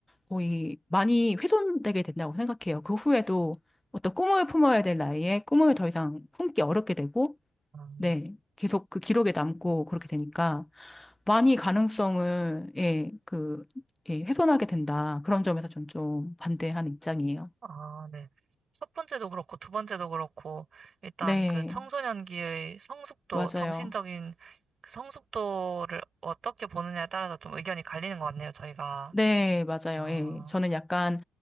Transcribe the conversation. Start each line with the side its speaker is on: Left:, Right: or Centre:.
Left: 거의 많이 훼손되게 된다고 생각해요. 그 후에도 어떤 꿈을 품어야 될 나이에 꿈을 더 이상 품기 어렵게 되고
Right: 아,
Left: 네. 계속 그 기록에 남고 그렇게 되니까 많이 가능성을, 예, 그, 예, 훼손하게 된다. 그런 점에서 전 좀 반대하는 입장이에요.
Right: 아, 네. 첫 번째도 그렇고, 두 번째도 그렇고, 일단
Left: 네,
Right: 그 청소년기의 성숙도,
Left: 맞아요.
Right: 정신적인 그 성숙도를 어떻게 보느냐에 따라서 좀 의견이 갈리는 것 같네요, 저희가.
Left: 네, 맞아요.
Right: 아,
Left: 예. 저는 약간